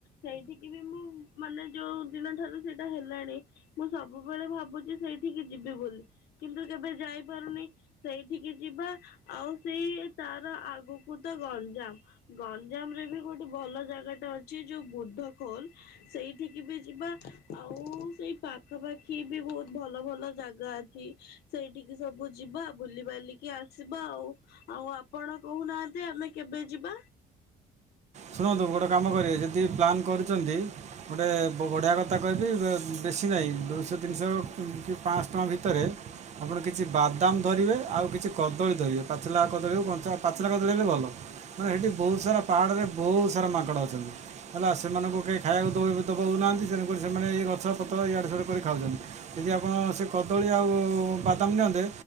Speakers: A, on the left (about 70°); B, on the right (about 45°).
A: ସେଇଠିକି ବି ମୁଁ ମାନେ ଯୋଉ ଦିନ ଠାରୁ ସେଇଟା ହେଲାଣି ମୁଁ ସବୁବେଳେ ଭାବୁଚି ସେଇଠିକି ଯିବି ବୋଲି। କିନ୍ତୁ କେବେ ଯାଇପାରୁନି ସେଇଠିକି ଯିବା ଆଉ ସେଇ ତାର ଆଗକୁ କୁ ତ ଗଞ୍ଜାମ ଗଞ୍ଜାମ ରେ ବି ଗୋଟେ ଭଲ ଜାଗାଟେ ଅଛି ଯୋଉ ବୁଦ୍ଧ ଖୋଲ। ସେଇଠିକି ବି ଯିବା ଆଉ ସେଇ ପାଖାପାଖି ବି ବହୁତ ଭଲ ଭଲ ଜାଗା ଅଛି। ସେଇଠିକି ସବୁ ଯିବା ବୁଲିିବାଲିକି ଆସିବା ଆଉ ଆଉ ଆପଣ କହୁନାହା ନ୍ତି ଆମେ କେବେ ଯିବା?
B: ଶୁଣନ୍ତୁ ଗୋଟେ କାମ କରିବା ଯଦି ପ୍ଲାନ୍ କରୁଚନ୍ତି ଗୋଟେ ବଢିଆ କତା କହିବି ବେ-ବେଶ୍ ଶି ନାଇଁ ଦୁଇଶହ ତିନିଶହ କି ପାଞ୍ଚଶହ ଟଙ୍କା ଭିତରେ ଆପଣ କିଛି ବାଦାମ ଧରିବେ ଆଉ କିଛି କଦଳୀ ଧରିବେ ପାଚିଲା କଦଳୀ ହଉ କଞ୍ଚା ପାଚିଲା କଦଳୀ ହେଲେ ଭଲ। ମାନେ ହେଟି ବହୁତ ସାରା ପାହାଡରେ ବହୁତ ସାରା ମାଙ୍କଡ଼ ଅଛନ୍ତି ହେଲା ସେମାନଙ୍କୁ କେହି ଖାଇବାକୁ ଦଉ ଦବାକୁ ନାହା ନ୍ତି ତେଣୁକରି ସେମାନେ ଏଇ ଗଛ ପତ୍ର ଇଆଡେ ସିଆଡୁ କରି ଖାଉଚନ୍ତି। ଯଦି ଆପଣ ସେ କଦଳୀ ଆଉ ବାଦାମ ନିଅନ୍ତେ